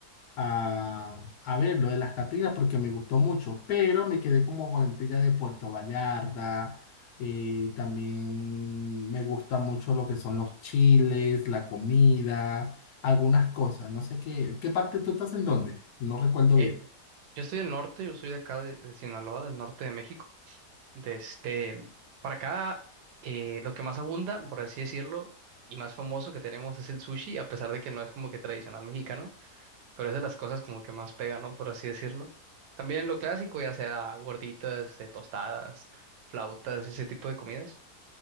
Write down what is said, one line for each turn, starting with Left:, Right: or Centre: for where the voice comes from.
Left: a, a ver lo de las Catrinas porque me gustó mucho, pero me quedé como con la intriga de Puerto Vallarta, eh, también me gusta mucho lo que son los chiles, la comida, algunas cosas, no sé qué, ¿qué parte tú estás en dónde? No recuerdo
Right: Eh,
Left: bien.
Right: yo estoy del norte, yo soy de acá de de Sinaloa, del norte de México. de este, para acá, eh, lo que más abunda, por así decirlo, y más famoso que tenemos es el sushi, a pesar de que no es como que tradicional mexicano, pero es de las cosas como que más pega, ¿no? Por así decirlo. También lo clásico, ya sea gorditas, eh, tostadas, flautas, ese tipo de comidas.